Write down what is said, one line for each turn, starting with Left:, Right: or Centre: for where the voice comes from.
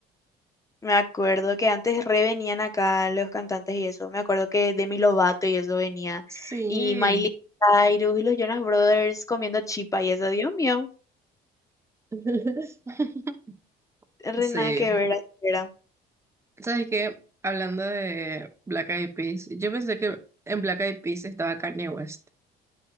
Left: Me acuerdo que antes re venían acá los cantantes y eso. Me acuerdo que Demi Lovato y eso venía.
Right: Sí.
Left: Y Miley Cyrus y los Jonas Brothers comiendo chipa y eso. Dios mío,
Right: <laughs>
Left: re
Right: Sí.
Left: nada que ver así era.
Right: ¿Sabes qué? Hablando de Black Eyed Peas, yo pensé que en Black Eyed Peas estaba Kanye West.